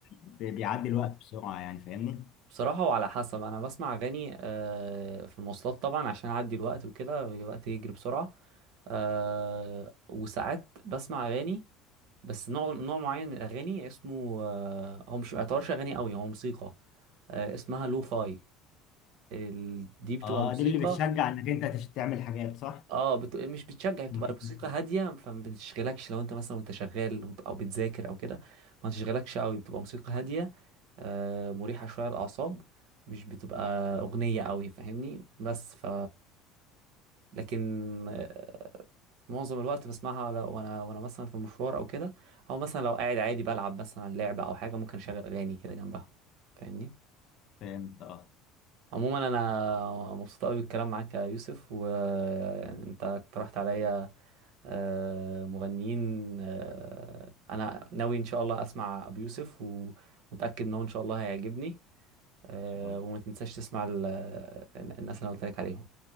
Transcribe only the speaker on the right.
بصراحة وعلى حسب أنا بسمع أغاني آه، في المواصلات طبعا عشان أعدي الوقت وكده الوقت يجري بسرعة آه، وساعات بسمع أغاني بس نوع نوع معين من الأغاني اسمه آه، هو مش ما يعتبرش أغاني قوي هو موسيقى آه، اسمها لو فاي ال- دي بتبقى
موسيقى
اه بت... مش بتشجع بتبقى
الموسيقى
هاديه فما بتشغلكش لو انت مثلا وانت شغال وانت- او بتذاكر او كده ما تشغلكش قوي بتبقى موسيقى هاديه آه مريحه شويه للاعصاب مش بتبقى اغنيه قوي فاهمني بس ف لكن آه في معظم الوقت بسمعها ولا- وانا وانا مثلا في المشوار او كده او مثلا لو قاعد عادي بلعب مثلا لعبه او حاجه ممكن اشغل اغاني كده جنبها فاهمني
عموما انا مبسوط قوي بالكلام معاك يا يوسف وانت اقترحت عليا آه، مغنيين آه، انا ناوي ان شاء الله اسمع ابو يوسف ومتاكد انه ان شاء الله هيعجبني آه،
وما تنساش تسمع ال- الناس اللي أنا قلت لك عليهم